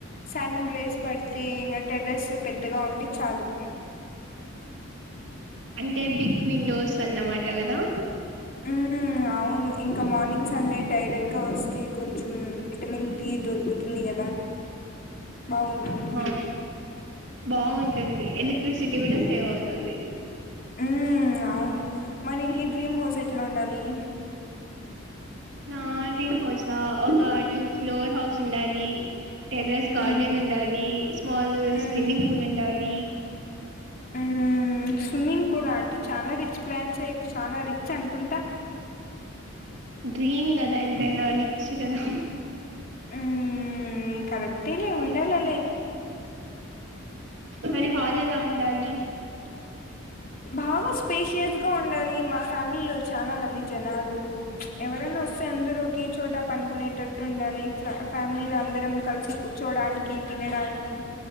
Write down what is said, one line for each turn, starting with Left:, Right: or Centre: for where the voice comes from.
Left: సన్ రేస్ పడితే ఇంకా టెర్రెస్ పెద్దగా ఉంటే చాలు
Right: అంటే బిగ్ విండోస్ అన్నమాట కదా!
Left: మ్ అవును. ఇంకా మార్నింగ్ సన్ లైట్ డైరెక్ట్ గా వస్తే, కొంచెం విటమిన్ డి దొరుకుతుంది కదా! బాగుంటుంది.
Right: ఆ బాగుంటుంది. ఎలక్ట్రిసిటీ కూడా సేవ్ అవుతుంది.
Left: మ్ అవును మరి నీ డ్రీమ్ హౌస్ ఎట్ల ఉండాలి?
Right: నా డ్రీమ్ హౌసా! ఒక టూ ఫ్లోర్ హౌస్ ఉండాలి. టెర్రెస్ గార్డెన్
Left: ఉమ్
Right: ఉండాలి. స్మాల్
Left: ఉమ్
Right: స్విమ్మింగ్ పూల్ ఉండాలి.
Left: మ్ స్విమ్మింగ్ పూల్ అంటే, చాలా రిచ్ ప్లాన్స్ ఎ. చాలా రిచ్ అనుకుంటా.
Right: డ్రీమ్ గదా ఎంతైనా రిచ్ గదా
Left: మ్మ్ కదక్టే లే ఉండాలో
Right: మరి హాల్ ఎలా ఉండాలి
Left: అ బాగా స్పేషియస్ గా ఉండాలి మా ఫ్యామిలీ లో చాలా మంది జనాలు ఎవరనా వస్తే అందరు ఒకే చోట పనుకునేటట్టు ఉండాలి ఫ ఫ్యామిలీలో అందరం కలిసి కూర్చోడానికి తినడానికి